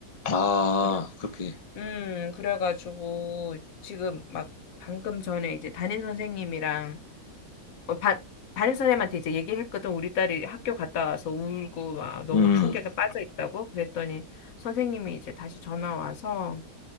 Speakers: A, on the left; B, on the left.
A: 아,
B: 그래.
A: 그렇게,
B: 음, 그래가지고 지금 막 방금 전에 이제 담임 선생님이랑 어, 반 담임 선생님한테 이제 얘기했거든. 우리 딸이 학교 갔다 와서 울고 막 너무
A: 음,
B: 충격에 빠져 있다고. 그랬더니 선생님이 이제 다시 전화 와서